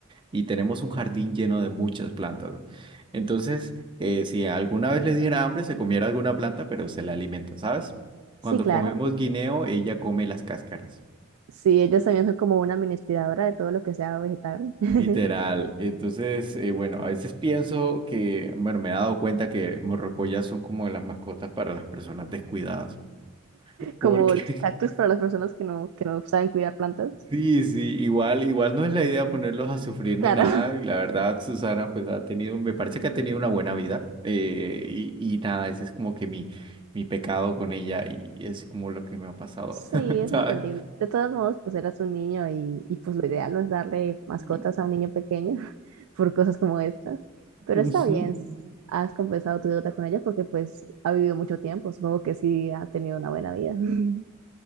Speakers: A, on the right; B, on the right.
A: y tenemos un jardín lleno de muchas plantas. Entonces, eh, si alguna vez le diera hambre, se comiera alguna planta, pero se la alimenta, ¿sabes?
B: sí,
A: Cuando
B: claro.
A: comemos guineo, ella come las cáscaras.
B: Sí, ellos también son como una mini aspiradora de todo lo que sea vegetal. <laughs>
A: Literal. Entonces, eh, bueno, a veces pienso que, bueno, me he dado cuenta que morrocoyas son como las mascotas para las personas descuidadas. Porque
B: Como los cactus
A: <laughs>
B: para las personas que no, que no saben cuidar plantas.
A: sí, sí, igual, igual no es la idea ponerlos a sufrir ni
B: Claro.
A: nada. y La verdad, Susana, pues ha tenido, me parece que ha tenido una buena vida. eh, y, y nada, ese es como que mi, mi pecado con ella y es como lo que me ha pasado,
B: Sí,
A: <laughs>
B: es
A: ¿sabes?
B: entendible. De todos modos, pues eras un niño y, y pues lo ideal no es darle mascotas
A: Y-
B: a un niño pequeño <laughs> por cosas como estas. Pero
A: Ujú.
B: está bien, s- has compensado tu deuda con ella porque pues ha vivido mucho tiempo. Supongo que sí ha tenido una buena vida. <laughs>